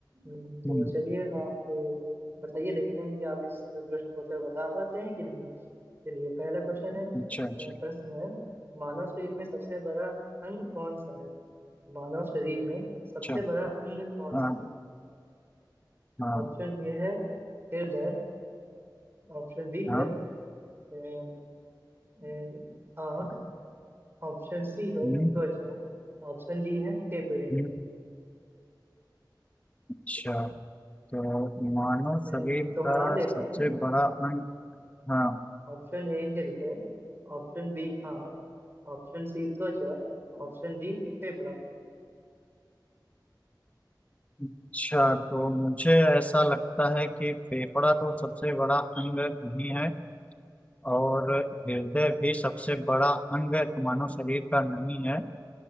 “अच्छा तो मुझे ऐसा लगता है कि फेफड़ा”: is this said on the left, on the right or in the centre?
Left